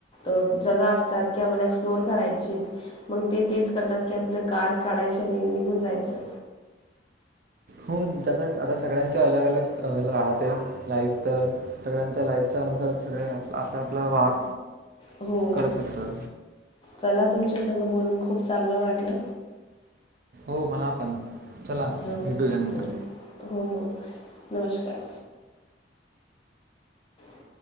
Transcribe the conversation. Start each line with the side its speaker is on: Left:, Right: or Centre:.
Left: अ‌ज अ फ्लोर करायचे मग ते तेच करतात की आपलं कार काढायची आणि निघून जायचं.
Right: हो ज आता सगळ्यांच्या अलग अलग राहते लाईफ तर सगळ्यांच्या लाईफ त्यानुसारच सगळे आप आपला वाग
Left: हो.
Right: करत शकतात.
Left: चला तुमच्या संग बोलून खूप चांगलं वाटलं.
Right: हो मला पण चला
Left: हो
Right: भेटूया नंतर
Left: तर, हो- हो <inaudible> नमस्कार <inaudible>